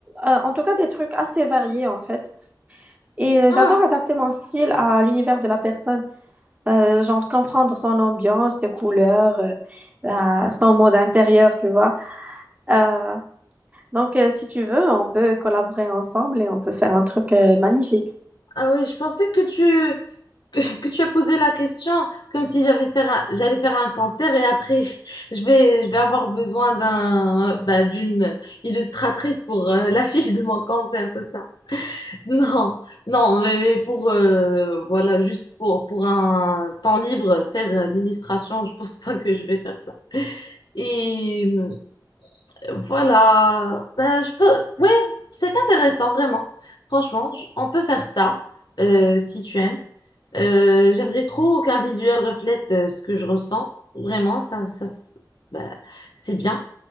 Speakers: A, on the right; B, on the left.
A: euh, en tout cas, des trucs assez variés, en fait. Et euh,
B: Ah,
A: j'adore adapter mon style à l'univers de la personne, Euh, genre comprendre son ambiance, ses couleurs, euh, euh, son mode intérieur, tu vois. Euh, donc, euh, si tu veux, on peut collaborer ensemble et on peut faire un truc euh, magnifique.
B: ah oui, je pensais que tu que, que tu as posé la question comme si j'avais faire un- j'allais faire un cancer et après <laughs> je vais je vais avoir besoin d'un bah, d'une illustratrice pour euh, l'affiche de mon cancer, c'est ça. Non, non, mais, mais pour euh, voilà, juste pour, pour un temps libre, faire euh, l'illustration, je pense pas que je vais faire ça. Et euh, voilà, ben je peux, ouais, c'est intéressant vraiment. Franchement, je- on peut faire ça euh, si tu aimes. Euh, j'aimerais trop qu'un visuel reflète euh, ce que je ressens. Vraiment, ça, ça, ça- ben, c'est bien.